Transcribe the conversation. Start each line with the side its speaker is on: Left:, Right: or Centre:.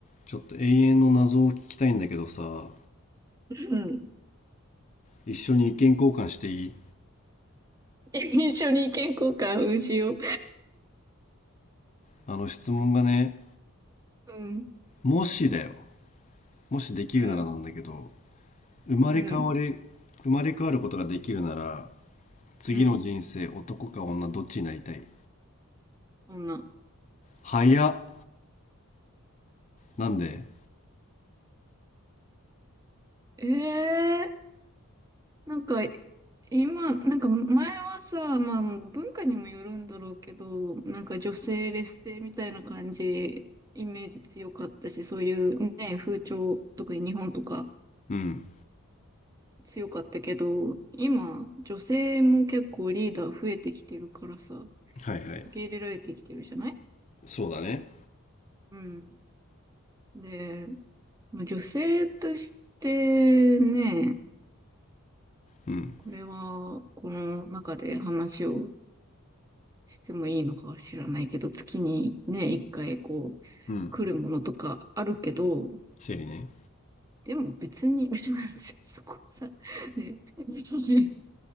Left: ちょっと永遠の謎を聞きたいんだけどさ、
Right: うん。
Left: 一緒に意見交換していい
Right: <laughs> 一緒に意見交換うしよう。
Left: あの質問がね、
Right: うん、
Left: もしだよ。もしできるならなんだけど、
Right: うん、
Left: 生まれ変わり、
Right: うん、
Left: 生まれ変わることができるなら、次の人生男か女どっちになりたい
Right: うん。そんな。
Left: 早っ。なんで
Right: ええーなんか、今、なんか前はさ、まあ文化にもよるんだろうけど、なんか女性劣勢みたいな感じ、イメージ強かったし、そういうね、風潮、特に日本とか
Left: うん。
Right: 強かったけど、今、女性も結構リーダー増えてきてるからさ、
Left: はいはい。
Right: 受け入れられてきてるじゃない
Left: そうだね。
Right: うん。で、まあ女性としてね、
Left: うん。
Right: これは、この中で話をしてもいいのかは知らないけど、月にね、一回こう、
Left: うん。
Right: 来るものとかあるけど、
Left: 生理ね。
Right: でも別に、<laughs> そこさ、ね、私、